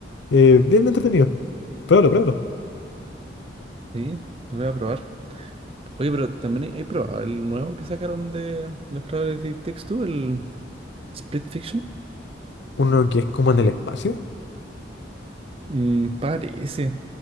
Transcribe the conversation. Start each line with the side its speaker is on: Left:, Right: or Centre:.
Left: Eh, bien entretenido. Pruébalo, pruébalo.
Right: Sí, lo voy a probar. Oye, pero también hay, hay probado el nuevo que sacaron de los creadores de Takes Two, el Split Fiction.
Left: Uno que es como en el espacio.
Right: Mm, parece.